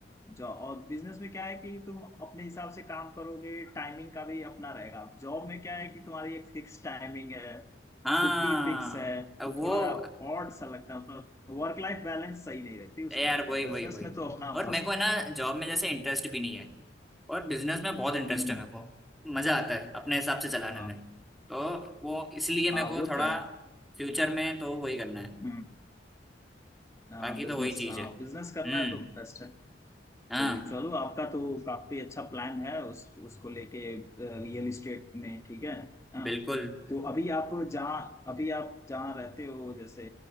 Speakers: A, on the left; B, in the centre.
A: जॉब और बिजनेस में क्या है कि तुम अपने हिसाब से काम करोगे टाइमिंग का भी अपना रहेगा जॉब में क्या है कि तुम्हारी एक फिक्स टाइमिंग है
B: हाँ
A: छुट्टी फिक्स है
B: अब
A: तो थोड़ा
B: वो
A: ऑड सा लगता है मतलब वर्क लाइफ बैलेंस सही नहीं रहती उसमें
B: यार
A: और
B: वही वही
A: बिजनेस
B: वही
A: में तो अपना
B: और
A: मस्त
B: मेरे को है ना जॉब में जैसे इंटरेस्ट भी नहीं है और बिजनेस में बहुत इंटरेस्ट
A: हम्म
B: है मेरे को मजा आता है अपने हिसाब से चलाने
A: हाँ
B: में तो वो इसलिए
A: हाँ
B: मेरे को
A: वो
B: थोड़ा
A: तो है
B: फ्यूचर में तो वही करना है
A: हम्म हाँ
B: बाकी
A: बिजनेस
B: तो वही चीज
A: हाँ
B: है
A: बिजनेस करना
B: हम्म
A: है तो बेस्ट है
B: हाँ
A: तो चलो आपका तो काफी अच्छा प्लान है उस उसको लेके रियल इस्टेट में ठीक है हाँ
B: बिल्कुल
A: तो अभी आप जहाँ अभी आप जहाँ रहते हो जैसे